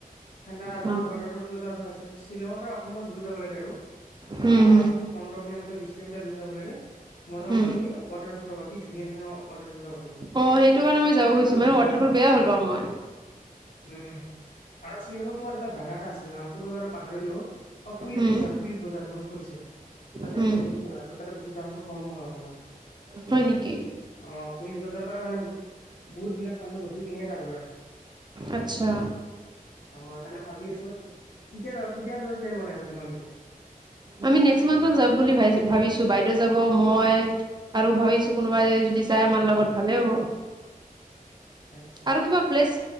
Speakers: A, on the left; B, on the right.
A: ঠাণ্ডা আৰু
B: অ
A: বহুত
B: উম,
A: ৱাটাৰফল ৱাটাৰফল আছে শ্বিলঙৰ পৰা অকমান কব' লাগে আৰু
B: হুম,
A: আ পোন্ধৰ কিলোমিটাৰ বিশ কিলোমিটাৰ দূৰ যাব লাগে, মজা
B: হুম।
A: মজা তুমি ৱাটাৰফল পাবা কি ধুনীয়া ধুনীয়া ৱাটাৰফল পাবা তুমি,
B: অ', সেইটো কাৰণে মই যাব
A: আৰু
B: খুজিছো
A: বহুত
B: মানে
A: ডাঙৰ
B: ৱাটাৰফল
A: ডাঙৰ।
B: বেয়া ভাল পাওঁ মই।
A: উম আৰু শ্বিলঙত তোমাৰ এটা জাগা এটা আছিল নামটো মই বাৰু পাহৰিলো। অ পুলিচ
B: হুম,
A: বজাৰ, পুলিচ বজাৰ মনত পৰিছে। তাতে
B: হুম।
A: বহুত বস্তু পাই। তাতে বস্তু দামটো কমো হয় অকণমান।
B: হয়
A: তোমাৰ
B: নেকি?
A: অ পুলিচ বজাৰৰ পৰা মানে বহুত- বহুত বিলাক মানুহ বস্তু কিনেয়ে তাৰ পৰা।
B: আচ্ছা।
A: অ তাকে ভাবি আছো কেতিয়া য কেতিয়া যোৱা প্লেন বনাইছো তোমালোকে
B: আমি নেক্সট মন্থত যাম বুলি ভাবিছো বাইদেউ যাব মই আৰু ভাবিছো কোনোবাই যদি যাই আমাৰ লগত ভালে হ'ব
A: আচ্ছা
B: আৰু কিবা প্লেছ